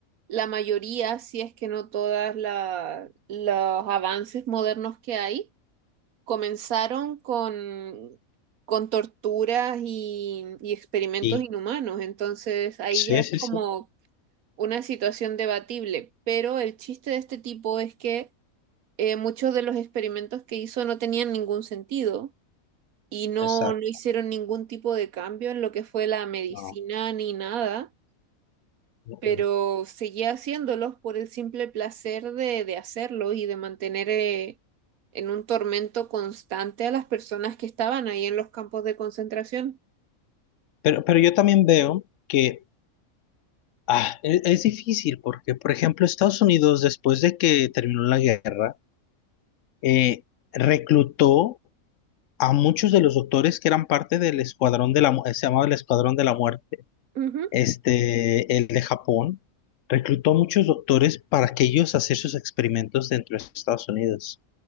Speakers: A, on the right (about 85°); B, on the left (about 70°).
A: la mayoría, si es que no todas la- los avances modernos que hay, comenzaron con, con torturas y, y experimentos
B: Y
A: inhumanos. Entonces ahí
B: sí,
A: ya es
B: sí,
A: como
B: sí,
A: una situación debatible, pero el chiste de este tipo es que eh, muchos de los experimentos que hizo no tenían ningún sentido y no,
B: exacto.
A: no hicieron ningún tipo de cambio en lo que fue la medicina
B: no,
A: ni nada,
B: no,
A: pero
B: eh.
A: seguía haciéndolos por el simple placer de, de hacerlo y de mantener eh, en un tormento constante a las personas que estaban ahí en los campos de concentración.
B: Pero, pero yo también veo que ah, es es difícil porque, por ejemplo, Estados Unidos, después de que terminó la guerra, eh, reclutó a muchos de los doctores que eran parte del escuadrón de la, mu- se llamaba el escuadrón de la muerte,
A: Ujú.
B: este, el de Japón, reclutó a muchos doctores para que ellos hacer sus experimentos dentro de Estados Unidos.